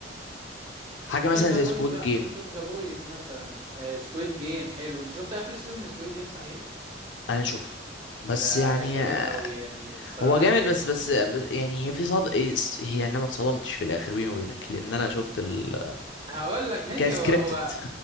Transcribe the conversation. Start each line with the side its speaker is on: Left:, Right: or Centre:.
Left: حاجه
Right: ممكن
Left: مثلا
Right: ذا
Left: زي
Right: بويز
Left: سكواد
Right: بقى
Left: جيم
Right: ممكن تشوف ذا بويز مثلا سكويد جيم حلو انت شفت اخر سيزون من سكويد جيم صحيح
Left: انا شفته بس
Right: ده
Left: يعني
Right: جامد
Left: آه،
Right: قوي يعني الصراحة
Left: هو جامد
Right: جامد
Left: بس بس بس يعني هي في صد إيه، س- هي يعني انا ما اتصدمتش في الاخر بيني وبينك لان انا شفت ال
Right: هقول لك ماشي
Left: كسكريبتد
Right: هو هو